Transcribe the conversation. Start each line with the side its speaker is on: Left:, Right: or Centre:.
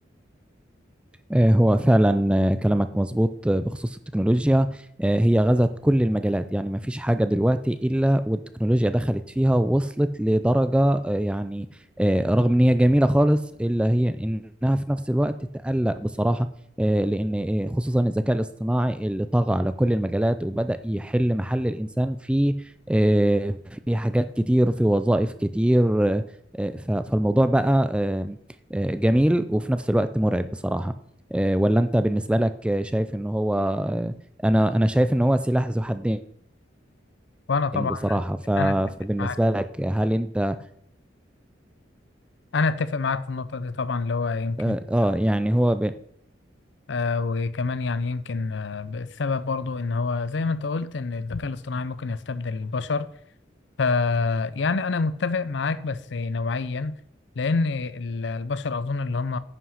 Centre: آه، هو فعلا آه، كلامك مظبوط آه، بخصوص التكنولوجيا آه، هي غزت كل المجالات يعني ما فيش حاجة دلوقتي إلا والتكنولوجيا دخلت فيها ووصلت لدرجة آه، يعني آه، رغم إن هي جميلة خالص إلا هي إنها في نفس الوقت تقلق بصراحة آه، لأن آه، خصوصا الذكاء الاصطناعي اللي طغى على كل المجالات وبدأ يحل محل الإنسان في آه، في حاجات كتير في وظائف كتير آه، آه، ف- فالموضوع بقى آه، آه، جميل وفي نفس الوقت مرعب بصراحة آه، ولا انت بالنسبه لك آه، شايف ان هو آه، انا انا شايف ان هو سلاح ذو حدين
Left: وأنا طبعا
Centre: بصراحه ف-
Left: أنا أتفق
Centre: فبالنسبه
Left: معاك
Centre: لك هل انت
Left: أنا أتفق معاك في النقطة دي طبعا اللي هو يمكن
Centre: اه
Left: يكون-
Centre: آه، يعني هو ب-
Left: آه وكمان يعني يمكن آه السبب برضو إن هو زي ما أنت قلت إن الذكاء الاصطناعي ممكن يستبدل البشر ف يعني انا متفق معاك بس نوعيا لان ال- البشر اظن اللي هم